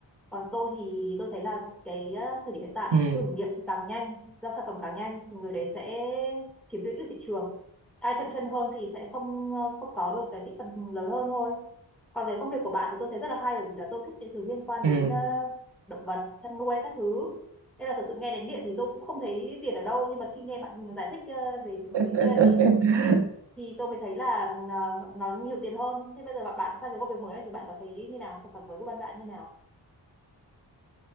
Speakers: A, in the centre; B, on the right.
A: còn tôi thì tôi thấy là cái ờ, thời điểm hiện tại
B: ừ
A: thử nghiệm càng nhanh ra sản phẩm càng nhanh thì người đấy sẽ chiếm lĩnh được thị trường ai chậm chân hơn thì sẽ không ờ, không có được cái thị phần lớn hơn thôi còn cái công việc của bạn thì tôi thấy rất là hay bởi vì là tôi thích những thứ liên quan
B: ừ
A: đến ờ, động vật chăn nuôi các thứ nên là thật sự nghe đến điện thì tôi cũng không thấy tiền ở đâu nhưng mà khi nghe bạn giải thích ờ, về mấy cái
B: <laughs>
A: kia thì thì tôi mới thấy là ờ, nó nhiều tiền hơn thế bây giờ bạn bạn sang cái công việc mới này thì bạn có thấy như nào sản phẩm mới của bạn bạn như nào